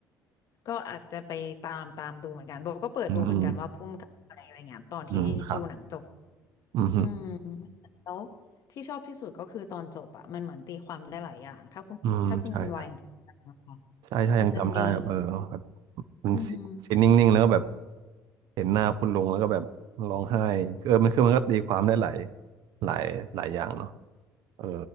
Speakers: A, on the left; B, on the right.
A: ก็อาจจะไปตามตามดูเหมือนกันโบก็เปิดดูเหมือนกันว่าพุ่มกับใครอะไรเงี้ยตอนที่ดูหนังจบ
B: อืมอืมอืมครับอืมฮึ
A: อืมแล้วที่ชอบที่สุดก็คือตอนจบอะมันเหมือนตีความได้หลายอย่างถ้าคุณถ้าคุณวายยังจำได้นะคะ
B: อืมใช่ครใช่ใช่ยังจำได้แบบเออแบบ
A: มันจะมี
B: มันซีซีนนิ่งๆแล้วก็แบบ
A: อืม
B: เห็นหน้าคุณลุงแล้วก็แบบร้องไห้เออมันคือมันก็ตีความได้หลายหลายหลายอย่างเนาะเออ